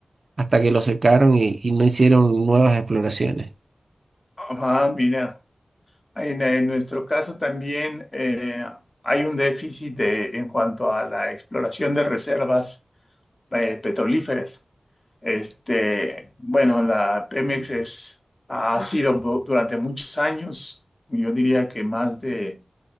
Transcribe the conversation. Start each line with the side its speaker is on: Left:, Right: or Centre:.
Right: hasta que los secaron y, y no hicieron nuevas exploraciones.
Left: Ah, mira, en, en nuestro caso también eh, hay un déficit de- en cuanto a la exploración de reservas eh, petrolíferas. Este, bueno, la Pemex es, ha sido bu- durante muchos años, yo diría que más de